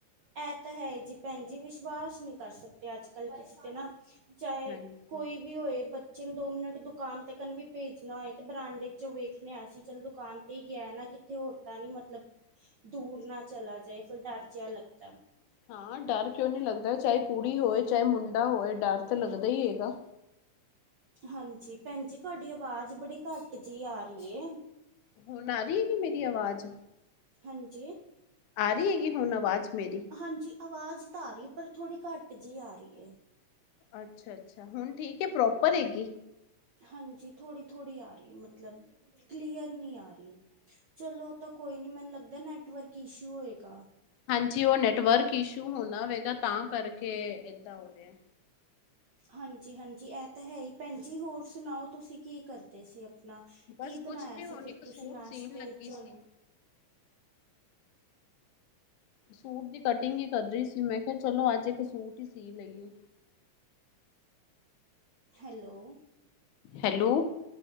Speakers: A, on the right; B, on the left.
A: ਇਹ ਤਾਂ ਹੈ ਜੀ ਭੈਣ ਜੀ ਵਿਸ਼ਵਾਸ ਨਹੀਂ ਕਰ ਸਕਦੇ ਅੱਜ ਕੱਲ੍ਹ ਕਿਸੇ ਤੇ ਨਾ। ਚਾਹੇ
B: ਹਾਂਜੀ
A: ਕੋਈ ਵੀ ਹੋਏ ਨ ਦੋ ਮਿੰਟ ਦੁਕਾਨ ਤੇ ਕਨ ਵੀ ਭੇਜਣਾ ਹੋਏ ਤੇ ਬਰਾਂਡੇ ਚੋਂ ਵੇਖਣਿਆ ਸੀ ਚੱਲ ਦੁਕਾਨ ਤੇ ਹੀ ਗਿਆ ਨਾ ਕਿੱਥੇ ਹੋਰ ਤਾਂ ਨੀ ਮਤਲਬ ਦੂਰ ਨਾ ਚਲਾ ਜਾਏ ਫਿਰ ਡਰ ਜਿਆ ਲੱਗ।
B: ਹਾਂ ਡਰ ਕਿਉਂ ਨਹੀਂ ਲੱਗਦਾ ਚਾਹੇ ਕੁੜੀ ਹੋਏ ਚਾਹੇ ਮੁੰਡਾ ਹੋਏ ਡਰ ਤਾਂ ਲੱਗਦਾ ਹੀ ਹੈਗਾ।
A: ਹਾਂਜੀ ਭੈਣ ਜੀ ਤੁਹਾਡੀ ਆਵਾਜ਼ ਬੜੀ ਘੱਟ ਜਿ ਆ ਰਹੀ ਹੈ।
B: ਹੁਣ ਆ ਰਹੀ ਗ ਮੇਰੀ ਆਵਾਜ਼।
A: ਹਾਂਜੀ।
B: ਆ ਰਹੀ ਹੈਗੀ ਹੁਣ ਆਵਾਜ਼ ਮੇਰੀ
A: ਹਾਂਜੀ ਆਵਾਜ਼ ਤਾਂ ਆ ਰਹੀ ਹੈ ਪਰ। ਥੋੜ੍ਹੀ ਘੱਟ ਜਿਹੀ ਆ ਰਹੀ ਹੈ।
B: ਅੱਛਾ ਅੱਛਾ ਹੁਣ ਠੀਕ ਹੈ ਪ੍ਰੋਪਰ ਹੈਗੀ।
A: ਹਾਂਜੀ ਥੋੜੀ ਥੋੜੀ ਆ ਰਹੀ ਮਤਲਬ ਕਲੀਅਰ ਨਹੀਂ ਆ ਰਹੀ ਚਲੋ ਉਹ ਤਾਂ ਕੋਈ ਨੀ ਮੈਨੂੰ ਲੱਗਦਾ ਨੈਟਵਰਕ ਇਸ਼ੂ ਹੋਏਗਾ।
B: ਹਾਂਜੀ ਉਹ ਨੈੱਟਵਰਕ ਇਸ਼ੂ ਹੋਦਾ ਹੋਵੇਗਾ ਤਾਂ ਕਰੇ। ਕੇ ਏਦਾਂ ਹੋ ਰਿਹਾ।
A: ਹਾਂਜੀ ਹਾਂਜੀ ਇਹ ਤਾਂ ਹੈ ਹੀ ਭੈਣ ਜਜੀ ਹੋਰ ਸੁਣਾਓ ਤੁਸੀਂ ਕੀ ਕਰਦੇ ਸੀ। ਆਪਣਾ ਕੀ
B: ਬਸ ਕੁਛ
A: ਬਣਾਇਆ
B: ਨੀ ਹੁਣ
A: ਸੀ ਫਿਰ
B: ਇੱਕ
A: ਤੁਸੀਂ
B: ਸੂਟ
A: ਨਾਸ਼ਤੇ
B: ਸੀਨ ਲੱਗੀ
A: ਚੁਨ
B: ਸੀ। ਸੂਟ ਦੀ ਕਟਿੰਗ ਹੀ ਕਰ ਰਹੀ ਸੀ ਮੈਂ ਕਿਹਾ ਚਲੋ ਅੱਜ ਇੱਕ ਸੂਟ ਹੀ ਸੀ ਲਈਏ।
A: ਹੈਲੋ,
B: ਹੈਲੋ